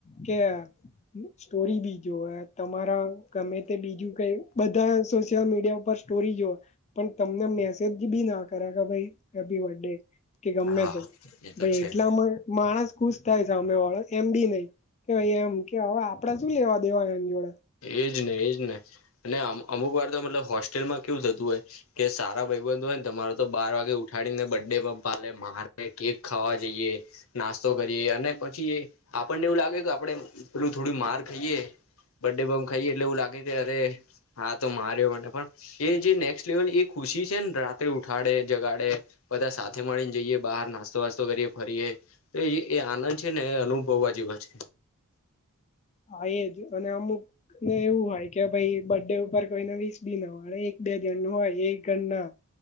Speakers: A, on the left; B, on the left.
A: કે સ્ટોરી બી જો તમારા ગમે તે બીજું કઈ બધા સોશિયલ મીડિયા ઉપર સ્ટોરી જો. પણ તમને મેસેજ બી ના કર્યા કે ભાઈ એ બે કે ગમે
B: હા
A: તે
B: એ તો
A: ભાઈ
B: છે
A: એટલામાં માણસ ખુશ થાય છેમે વાળો એમ બી નહ કે ભ એમ કે હવે આપડા શું લેવા દેવા એની જોડે
B: એજ ને એજ ને અને અમુક વાર તો મતલબ હોસ્ટેલમાં કેવું થતું હોય. કે સારા ભાઈબંધુ હોય ને તમારો તો બાર વાગે ઉઠાડીને બર્ડે પાલે મારે કેક ખાવા જઈએ. નાસ્તો કરીએ અને પછી આપણને એવું લાગે કે આપણે પેલું થોડું માર ખાઈએ બડે બંમ ખાઈએ એટલે એવું લાગે કે અરે હા તો માર્યો મને પણ. એ જે નેક્સ્ટ લેવલ એ ખુશી છે ને રાત્રે ઉઠાડે જગાડે બધા સાથે મળીને જઈએ બહાર નાસ્તો વાસ્તો કરીએ ફરીએ. તો એ આનંદ છે ને એ અનુભવવા જેવા છે.
A: હા એ જ અને અમુક ને એવું હોય કે ભાઈ બર્થ ડે ઉપર કોઈને વીસ બી ન હોય એક બે જણ નું હોય, એક ગણ ના